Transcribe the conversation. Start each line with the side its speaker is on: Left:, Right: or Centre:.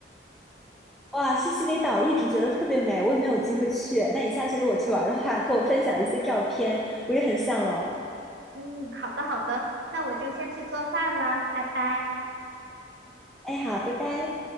Centre: 哇，西西里岛一直觉得特别美，我也没有机会去。那你下次如果去玩儿的话，跟我分享一些照片，我也很向往。
Right: 嗯，好的好的，那我就先去做饭啦，拜拜。
Centre: 哎，好，拜拜。